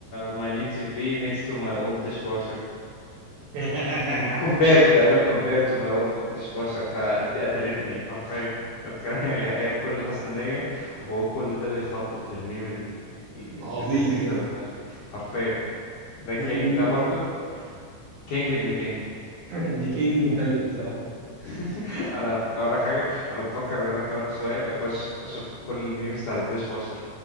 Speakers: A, on the left; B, on the right.
A: ماي نيو تي في next to my old dishwasher
B: <laughs>
A: Com- compared تقريبا compared to my old dishwasher فدي قتلتني حرفيا اتخيل <laughs> هي هي بكل حسن نية وهو كل ده بيخطط للميم ال- ال-
B: عظيم
A: ال- اللذيذ
B: ده
A: ده في دماغي. حرفيا ده كين
B: مين
A: ده برضو كينج ابن كينج
B: دي كينج منتاليتي
A: و-
B: الصراحه
A: <laughs> انا بقول لك حاجه انا بفكر ان انا كمان شويه اخش اشوف كل الميمز بتاعت الديش واشر